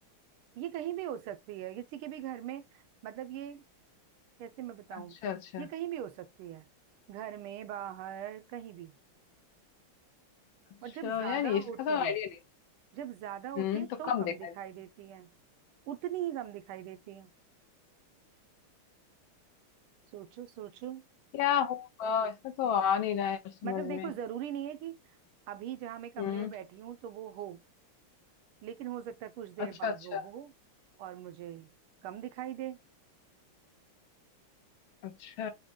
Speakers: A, on the right; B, on the left.
A: ये कहीं भी हो सकती है किसी के भी घर में मतलब ये कैसे मैं बताऊं
B: अच्छा अच्छा
A: ये कहीं भी हो सकती है घर में बाहर कहीं भी
B: अच्छा
A: और जब ज्यादा
B: यार ये इसका
A: होती
B: तो आइडिया
A: है
B: नहीं
A: जब ज्यादा होती
B: हम्म
A: है
B: तो
A: तो
B: कम
A: कम
B: दिखाई
A: दिखाई
B: देती
A: देती
B: है
A: है उतनी ही कम दिखाई देती है सोचो सोचो
B: क्या होगा इसका तो आ नहीं रहा है समझ
A: मतलब
B: में
A: देखो जरूरी नहीं है कि अभी जहां मैं कमरे
B: हम्म
A: में बैठी हूँ तो वो हो लेकिन हो सकता है कुछ देर
B: अच्छा
A: बाद
B: अच्छा
A: वो हो और मुझे कम दिखाई दे
B: अच्छा